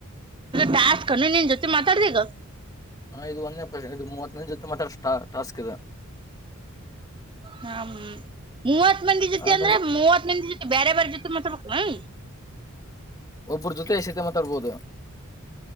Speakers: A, on the right (about 25°); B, on the left (about 15°).
A: ಬಾವತ ಸ್ ಕಣ ನೀನ್ ಜೊತೆ ಮಾತಾಡ್ದಿಗ
B: ಹಾ ಇದು ಒಂದೇ ಪ ಇದು ಮೂವತ್ತನೇ ಜೊತೆ ಮಾತ್ರ ಟಾಸ್ಕ್ ಇದೆ
A: ಹ ಮೂವತ್ ಮಂದಿ ಜೊತೆ
B: ಆಮೇಲೆ
A: ಅಂದ್ರೆ ಮೂವತ್ ಮಂದಿ ಜೊತೆ ಬೇರೆ ಬೇರೆ ಜೊತೆ ಮಾತಾಬೇಕು ಹ
B: ಒಬ್ಬ್ರ ಜೊತೆ ಸೀತೆ ಮಾತಾಡ್ಬೋದು